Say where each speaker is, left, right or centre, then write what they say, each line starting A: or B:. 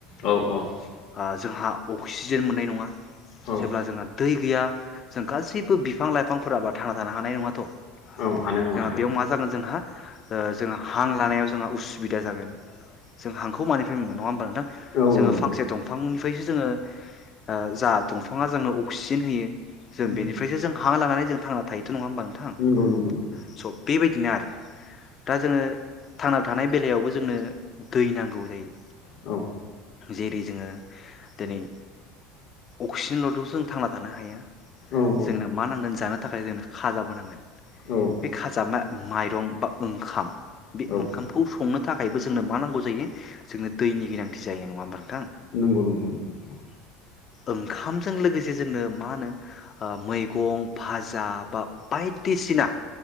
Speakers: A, on the left (about 55°); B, on the left (about 25°).
A: औ औ।
B: ओ जोंहा अक्सिजेन मोननाय नङा।
A: औ
B: जेब्ला जोंहा दै गैया जों गासैबो बिफां लाइफांफोराबा थांना थानो हानाय नङाथ' जोंहा
A: औ हानाय नङा हानाय नङा
B: बेयाव मा जागोन जोंहा ओ जों हां लानायाव जोंहा उसुबिदा जागोन जों हांखौ मानिफ्राय मोनगोन नङा होमबब्ला नोंथां
A: औ
B: जोङो
A: औ नोंथां
B: फांसे दंफांनिफ्रायसो जोङो ओ जा दंफाङा जोंनो अक्सिजेन होयो जों
A: उम
B: बेनिफ्रायस जों हां लानानै जों थांना थायो थ' नङा होमबा नोंथां
A: नंगौ नंगौ नंगौ
B: स' बेबायदिनो आरो दा जोङो थांना थानाय बेलायावबो जोंनो दै नांगौ जायो
A: औ
B: जेरै जोङो दिनै अक्सिजेनल'थ' जों थांना थानो हाया
A: औ औ
B: जोंनो मा नांगोन जानो थाखाय जोंनो खाजाबो नांगोन
A: औ
B: बे खाजामा माइरं बा ओंखाम बे
A: औ
B: ओंखामखौ संनो थाखायबो जोंनो मा नांगौ जायो जोंनो दैनि गोनांथि जायो नङा होनबा
A: नंगौ नंगौ नंगौ
B: ओंखामजों लोगोसे जोंनो मा होनो मैगं भाजा बा बायदिसिना